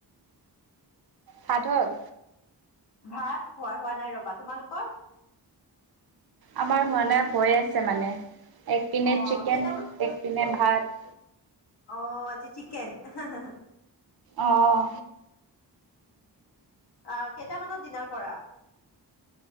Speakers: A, on the right; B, on the left.
A: ভাত হ'ল?
B: ভাত হোৱা-হোৱা নাই ৰ'বা, তোমালোকৰ?
A: আমাৰ হোৱা নাই, হৈ আছে মানে এক পিনে
B: অ
A: চিকেন
B: কেইটামান
A: এক পিনে ভাত।
B: অ আজি চিকেন এহেহে।
A: আহ।
B: অ কেইটামানত ডিনাৰ কৰা?